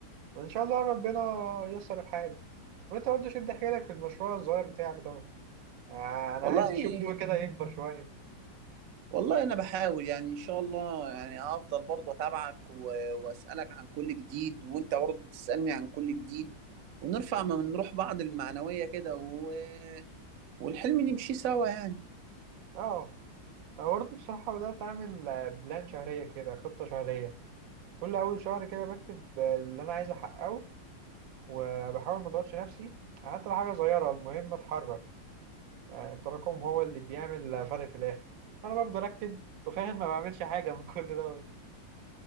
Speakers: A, on the right; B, on the right.
A: وإن شاء الله ربنا ييسر الحال وأنت برضه شد حيلك في المشروع الصغير بتاعك دوت يعني أنا
B: والله
A: عايز أشوفه كده يكبر شوية
B: والله انا بحاول يعني ان شاء الله يعني هفضل برضه اتابعك و... واسالك عن كل جديد وانت برضه تسالني عن كل جديد ونرفع من روح بعض المعنوية كده و... والحلم نمشي سوا يعني
A: أه أنا برضه بصراحة بدأت أعمل آه، بلان شهرية كده خطة شهرية كل أول شهر كده بكتب آه، اللي أنا عايز أحققه وبحاول ما أضغطش نفسي حتى لو حاجة صغيرة المهم أتحرك يعني التراكم هو اللي بيعمل آه، فرق في الآخر أنا بفضل أكتب وفي الآخر ما بعملش حاجة من <laughs> كل دوت